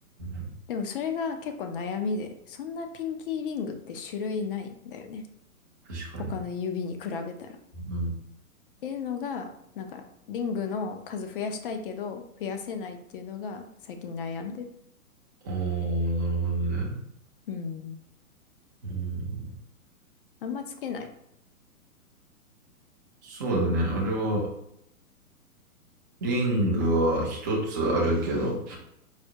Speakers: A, on the right; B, on the left.
A: ん。
B: でもそれが結構悩みで、そんなピンキーリングって種類ないんだよね。
A: 確かに。
B: 他の指に比べたら。っ
A: うん。
B: ていうのが、なんか、リングの数増やしたいけど、増やせないっていうのが最近悩んでる。
A: おー、なるほどね。
B: うん。
A: うん。
B: あんまつけない。
A: そうだね。俺は、リングは一つあるけど、